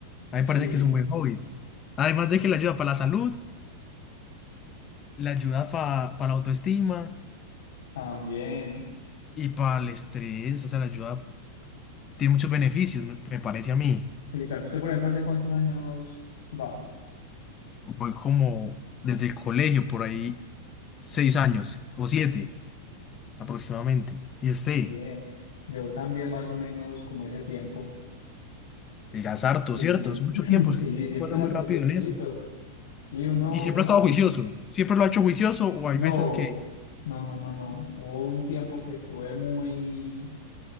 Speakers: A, on the left; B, on the left.
A: A mí
B: Sí,
A: me parece que es un buen hobby. Además de que le ayuda para la salud, le ayuda pa- para la autoestima
B: también.
A: y para el estrés, o sea, le ayuda, tiene muchos beneficios, me, me parece a mí.
B: Sí, claro, usted por ejemplo, ¿hace cuántos años va?
A: Voy como desde el colegio, por ahí, seis años o siete aproximadamente. ¿Y usted?
B: Muy bien. Yo también más o menos como ese tiempo.
A: Y Ya es harto,
B: Sí,
A: ¿cierto?
B: sí.
A: Es mucho
B: <clears throat>
A: tiempo,
B: Sí,
A: es que el tiempo
B: siempre
A: pasa
B: es
A: muy
B: harto
A: rápido
B: tiempito.
A: en eso.
B: Sí, uno,
A: Y siempre
B: uno
A: ha estado
B: al principio.
A: juicioso, siempre lo ha hecho juicioso o hay
B: No,
A: veces que...
B: no, no, no, no. Hubo un tiempo que estuve muy